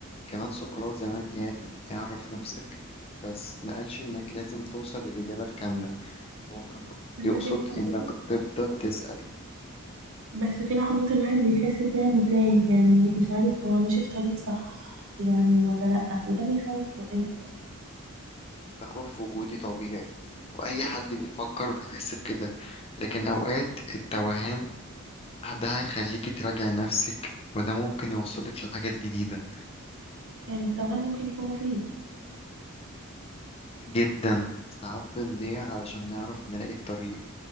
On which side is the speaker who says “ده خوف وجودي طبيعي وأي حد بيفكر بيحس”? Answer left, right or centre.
Left